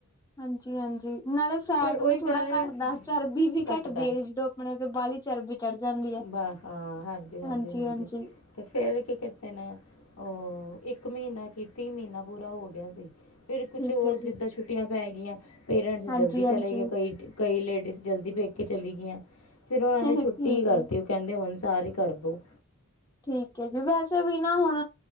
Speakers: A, on the left; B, on the left.
A: ਹਾਂਜੀ ਹਾਂਜੀ, ਨਾਲੇ ਫੈਟ
B: ਪਰ ਉਹੀ
A: ਵੀ ਥੋੜਾ
B: ਗੱਲ ਹੈ
A: ਘੱਟਦਾ, ਚਰਬੀ ਵੀ
B: ਘਟਦਾ
A: ਘੱਟਦੀ ਹੈ ਜਦੋਂ ਆਪਣੇ ਤੇ ਬਾਹਲੀ, ਚਰਬੀ ਚੜ੍ਹ ਜਾਂਦੀ ਹੈ।
B: ਬਾ ਹਾਂ ਹਾਂਜੀ, ਹਾਂਜੀ
A: ਹਾਂਜੀ-ਹਾਂਜੀ।
B: -ਹਾਂਜੀ। ਤੇ ਫੇਿਰ ਕੀ ਕੀਤੇ ਨੇ ਉਹ, ਇੱਕ ਮਹੀਨਾ ਕੀ ਤੀਹ ਮਹੀਨਾ ਪੂਰਾ ਹੋ ਗਿਆ ਸੀ। ਫਿਰ ਕੁਛ
A: ਠੀਕ
B: ਉਹ
A: ਹੈ
B: ਜਿੱਦਾਂ
A: ਜੀ
B: ਛੁੱਟੀਆਂ ਪੈ ਗਈਆਂ, ਪੇਰੈਂਟਸ
A: ਹਾਂਜੀ-ਹਾਂਜੀ
B: ਜਲਦੀ ਚਲੇ ਗਏ ਕਈ ਕਈ ਲੇਡੀਜ਼ ਜਲਦੀ ਪੇਕ ਕੇ ਚਲੀ ਗਈਆਂ, ਫਿਰ ਉਹਨਾਂ
A: ਠੀਕ
B: ਨੇ ਛੁੱ
A: ਹੈ ਜੀ।
B: ਕਹਿੰਦੇ ਹੁਣ, ਸਾਰੇ ਹੀ ਕਰ ਬੋ।
A: ਠੀਕ ਹੈ ਜੀ, ਵੈਸੇ ਵੀ ਨਾ ਹੁਣ,